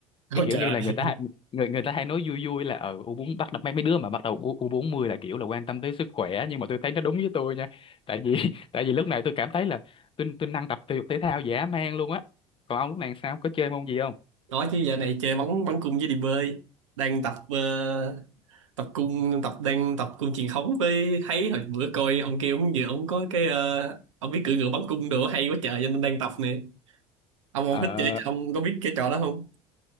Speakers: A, on the right (about 85°); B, on the left (about 35°).
A: <laughs>
B: cái
A: Ôi
B: kiểu
A: trời
B: như
A: ơi.
B: là người ta hay- người người ta hay nói vui vui là ở u bốn bắt đầu mấy mấy đứa mà bắt đầu U- bốn mươi là kiểu là quan tâm tới sức khỏe nhưng mà tôi thấy nó đúng với tôi nha tại vì <laughs> tại vì lúc này tôi cảm thấy là tôi tôi năng tập thể dục thể thao dã man luôn á còn ông lúc này sao có chơi môn gì không
A: Có chứ dạo này chơi bóng bắn cung với đi bơi. Đang tập ờ, tập cung tập đang tập cung truyền thống với thấy hồi bữa coi ông kia ông vừa ông có cái ờ, ông biết cưỡi ngựa bắn cung đồ hay quá trời cho nên đang tập nè. Ông
B: ờ
A: ông thích chơi ông có biết cái trò đó không?